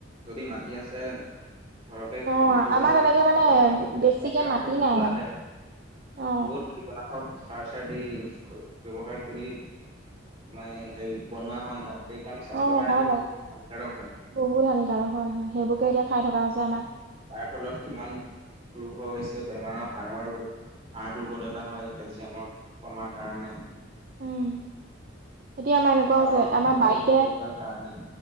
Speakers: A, on the right (about 30°); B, on the right (about 45°).
A: যদি মাতি আছে ঘৰতে
B: অ
A: খেতি কৰিবলৈ
B: আমাৰ তেনেকে
A: ব্যাবচতা
B: মানে
A: কৰিব লাগে ন
B: বেছিকে
A: বাহিৰৰ
B: মাটি
A: পৰা যোনটো
B: নাই মানে
A: আহে
B: অ
A: বহুত কীটনাশক সাৰ চাৰ দি ইউজকৰি ব্যৱহাৰ কৰি মানে হেৰি বনোৱা হয় ন। সেইকাৰণে স্বাস্থ্যৰ
B: অ'
A: কাৰণেতো
B: হয় বাৰু
A: বহুত হানিকাৰক হয়
B: বহুত হানিকাৰক হয়-হয় সেইবোৰকে এতিয়া খাই থকা হৈছে আমাৰ।
A: তাৰ ফলত কিমান ৰোগ হৈছে বেমাৰৰ হাৰৰ দুৰ্বলতা হয় কেলচিয়ামৰ কমাৰ কাৰণে।
B: উম, এতিয়া আমাৰ এনেকুৱা
A: হাড়ৰ
B: হৈছে আমাৰ
A: অত্যাধিক
B: বাৰীতে
A: ক্ষতি কৰাৰ কাৰণে